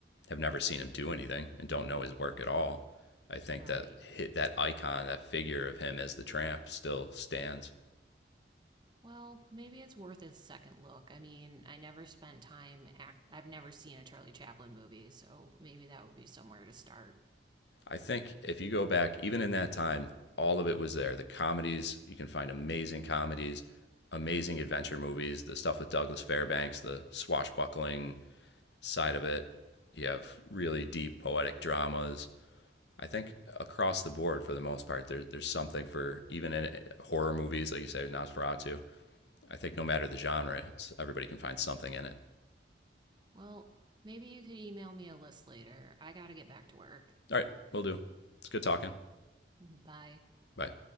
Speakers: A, on the left (about 80°); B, on the right (about 25°).
A: have never seen him do anything and don't know his work at all. I think
B: right.
A: that that icon, that figure of him as the tramp, still stands.
B: Well, maybe it's worth a second look. I mean, I never spent time act I've never seen a Charlie Chaplin movie, so maybe that would be somewhere to start.
A: I think if you go back, even in that time, all of it was there. The comedies, you can find amazing comedies, amazing adventure movies, the stuff with Douglas Fairbanks, the swashbuckling side of it. You have really deep poetic dramas. I think across the board, for the most part, there, there's something for even in uh, horror movies, like you say, Nosferatu. I think no matter the genre, everybody can find something in it.
B: Well, maybe you could email me a list later. I got to get back to work.
A: All right, we'll do. It's good talking.
B: <laughs> Bye.
A: Bye.